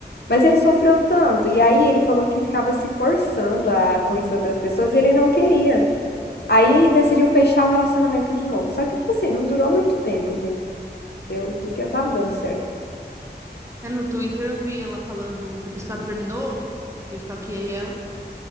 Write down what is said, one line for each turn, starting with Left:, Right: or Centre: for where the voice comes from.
Left: Mas ele sofreu tanto, e aí ele falou que ficava se forçando a conhecer outras pessoas e ele não queria. Aí decidiu fechar o relacionamento de novo. Só que, tipo assim, não durou muito tempo, entendeu? Porque não tava dando certo.
Right: É, no Twitter eu vi ela falando, depois que ela terminou, que eu stalkeei ela,